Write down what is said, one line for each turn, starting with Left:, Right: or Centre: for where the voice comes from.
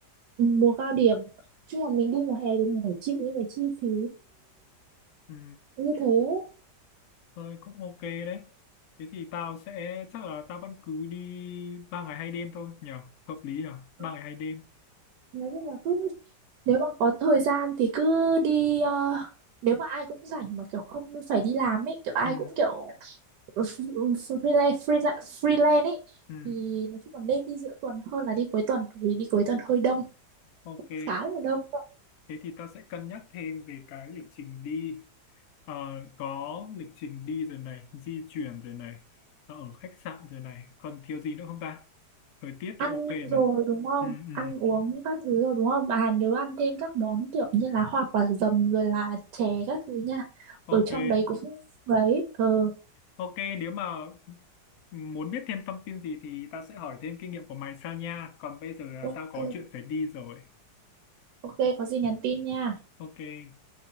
Right: ừ, mùa cao điểm chứ mà mình đi mùa hè thì mình phải chịu những cái chi phí
Left: Ừ.
Right: như thế
Left: thôi cũng ok đấy thế thì tao sẽ chắc là tao vẫn cứ đi ba ngày hai đêm thôi nhỉ hợp lý nhỉ ba
Right: Ừ,
Left: ngày hai đêm
Right: nói chung là cứ nếu mà có thời gian thì cứ đi ờ, nếu mà ai cũng rảnh mà kiểu không phải đi làm ấy kiểu ai
Left: ừ.
Right: cũng kiểu <laughs> freelance freelance freelance ấy
Left: Ừ.
Right: thì nói chung là nên đi giữa tuần hơn là đi cuối tuần vì đi cuối tuần hơi đông
Left: ok
Right: khá là đông đó.
Left: thế thì ta sẽ cân nhắc thêm về cái lịch trình đi Ờ, có lịch trình đi rồi này di chuyển rồi này ờ, ở khách sạn rồi này còn thiếu gì nữa không ta thời tiết
Right: ăn
Left: rồi ok này
Right: rồi đúng không
Left: ừ, ừ.
Right: ăn uống các thứ rồi đúng không bà nhớ ăn thêm các món kiểu như là hoa quả dầm rồi là chè các thứ nha
Left: ok
Right: ở trong đấy cũng đấy ờ
Left: ok nếu mà muốn biết thêm thông tin gì thì ta sẽ hỏi thêm kinh nghiệm của mày sau nha còn bây giờ là
Right: ok
Left: tao có chuyện phải đi rồi
Right: ok có gì nhắn tin nha
Left: ok